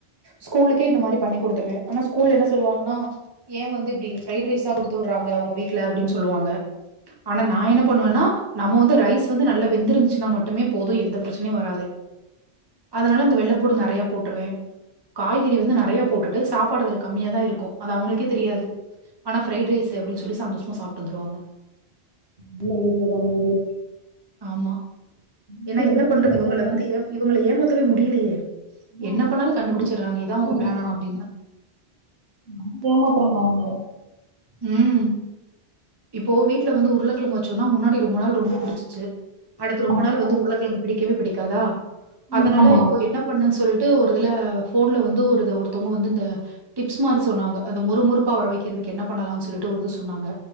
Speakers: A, on the right; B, on the right.
A: ஸ்கூலுக்கே இந்த மாரி பண்ணி குடுத்துருவேன் ஆனா ஸ்கூல என்ன சொல்லுவாங்கன்னா ஏ வந்து இப்டி ஃப்ரைட் ரைஸா குடுத்து உடுறாங்க உங்க வீட்ல அப்டின் சொல்லுவாங்க ஆனா நா என்ன பண்ணுவன்னா நம்ம வந்து ரைஸ் வந்து நல்லா வெந்தருந்துச்சுனா மட்டுமே போதும் எந்த பிரச்சனையும் வராது அதுனால அந்த வெள்ள பூடு நெறையா போட்டுருவேன் காய்கறி வந்து நெறயா சாப்பாடு அதுல கம்மியா தா இருக்கு அது அவுங்களுக்கே தெரியாது ஆனா ஃப்ரைட் ரைஸு அப்டின்னு சொல்லி சந்தோஷமா சாப்ட்டு வந்துருவாங்க
B: நல்ல ஐடியா தாங்க இது
A: ஆமா
B: இது
A: ஏன்னா
B: குடுக்குறது
A: என்ன பண்றது
B: நல்லதுதாங்க
A: இவுங்கள வந்து ஏ இவுங்கள ஏமா வே முடியலையே
B: நம
A: என்ன பண்ணாலு கண்டுபிடிச்சடுறாங்க
B: ஏமாத்றாங்க
A: இதா உங்க
B: அவுங்க
A: பிளானா அப்டின்னு
B: நம்ள ஏமாத்றாங்க அவுங்க
A: உம் இப்போ வீட்ல வந்து உருளக்கிழங்கு வச்சோம்ன்னா முன்னாடி ரொம்ப நாள் ரொம்ப புடிச்சிச்சு அடுத்து ரொம்ப
B: ஆமாங்க
A: நாள் வந்து உருளக்கெழங்கு பிடிக்கவே பிடிக் காதா அதனால
B: ம் ஆமா
A: இப்போ என்ன பண்ணன்னு சொல்லிட்டு டு ஒரு இதுல ஃபோன்ல வந்து ஒருத்தவங்க வந்து இந்த டிப்ஸ் மாரி சொன்னாங்க அது மொறுமொறுப்பா வர வக்குறதுக்கு என்னா பண்ணலான்னு சொல்லிட்டு ஒருது சொன்னாங்க